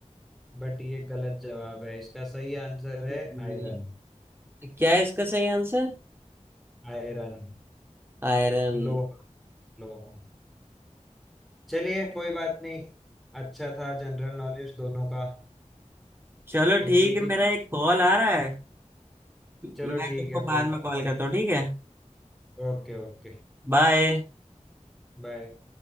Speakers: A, in the centre; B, on the right.
A: बट ये गलत जवाब है इसका सही आंसर
B: हम्म,
A: है आयरन
B: क्या है इसका सही आंसर
A: आयरन
B: आयरन
A: लोहा लोहा चलिए कोई बात नहीं अच्छा था जनरल नॉलेज दोनों का
B: चलो ठीक
A: एक एक
B: है
A: ही
B: मेरा एक कॉल आ रहा है मैं
A: चलो ठीक
B: तुमको
A: है कोई
B: बाद में
A: बात
B: कॉल
A: नहीं
B: करता हूँ ठीक है
A: Okay okay
B: बाय
A: बाय